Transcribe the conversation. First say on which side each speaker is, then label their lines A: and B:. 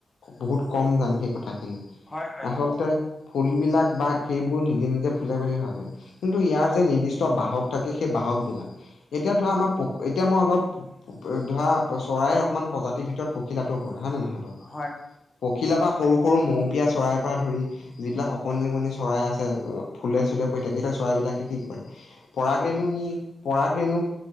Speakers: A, on the left; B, on the left.
A: বহুত কম জান সেই কথা কথা খিনি
B: হয় হয়
A: আচলতে
B: অ।
A: ফুলবলাক বা সেইবোৰ নিজে নিজে ফুলে বুলি ভাবে। কিন্তু ইয়াৰ যে নিৰ্দিষ্ট বাহক থাকে সেই বাহক বিলাক, এতিয়া ধৰা আমাৰ পুক এতিয়া মই অলপ <unintelligible> ধৰা চৰাই অকমান প্ৰজাতিৰ ভিতৰত প পখিলা তোও পৰে হয় নে নহয় বাৰু?
B: হয়,
A: পখিলা বা সৰু সৰু মৌপিয় চৰাইৰ পৰা ধৰি যিবিলাক অকণনিকণনি চৰাই আছে ফুলে চুলে কৈ থাকে সেই চৰাইবলাকে কি কৰে, পৰাগ
B: হয়,
A: ৰেণু
B: হয়,
A: নি পৰাক ৰেণুক